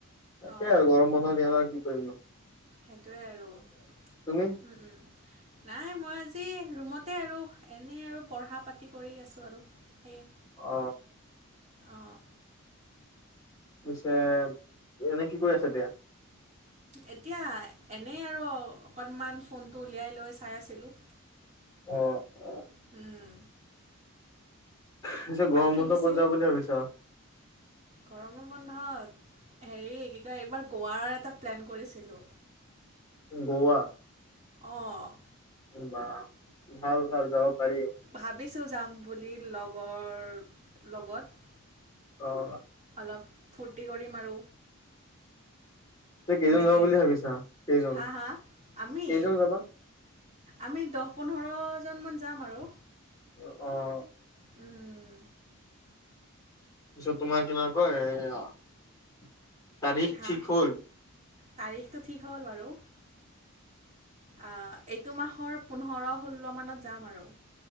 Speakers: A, on the left; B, on the right.
A: তাকে
B: অ
A: আৰু গৰম বন্ধ আৰু কি কৰিম ন?
B: সেইটোৱে আৰু উম
A: তুমি?
B: উম। নাই মই আজি ৰুমতে আৰু এনেই আৰু পঢ়া পাতি কৰি আছোঁ আৰু সেয়ে।
A: অ।
B: অঁ।
A: পিছে এনে কি কৰি আছে এতিয়া?
B: এতিয়া এনেই আৰু অকণমান ফোনটো উলিয়াই লৈ চাই আছিলোঁ।
A: অ', অ',
B: উম।
A: পিছে গৰম
B: বাকী
A: বন্ধ
B: পিছে,
A: ক'ত যাওঁ বুলি ভাবিছা?
B: গৰমৰ বন্ধত হেৰি কি কয় এইবাৰ গোৱাৰ এটা প্লেন কৰিছিলোঁ।
A: গৱা?
B: অঁ।
A: বা! ভাল ভাল যাব পাৰি।
B: ভাবিছোঁ যাম বুলি লগৰ লগত।
A: অ'।
B: অলপ ফূৰ্তি কৰিম আৰু
A: পিছে
B: সেনেকে।
A: কেইজন যাব বুলি ভাবিছা? কেইজন,
B: হা, হা, আমি?
A: কেইজন যাবা?
B: আমি দহ-পোন্ধৰজনমান যাম আৰু।
A: অ', অ'।
B: উম।
A: পিছত তোমাৰ কেনে কয়, এ তাৰিখ
B: হা
A: ঠিক হ'ল?
B: তাৰিখটো ঠিক হ'ল বাৰু। আ এইটো মাহৰ পোন্ধৰ-ষোল্ল মানত যাম আৰু।